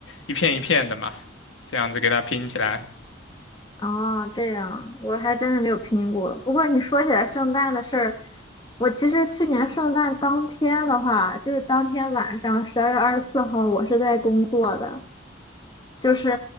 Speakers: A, on the left; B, on the left.
A: 一片一片的嘛，这样子给它拼起来。
B: 哦，这样，我还真是没有拼过。不过你说起来圣诞的事儿，我其实去年圣诞当天的话，就是当天晚上十二月二十四号，我是在工作的。就是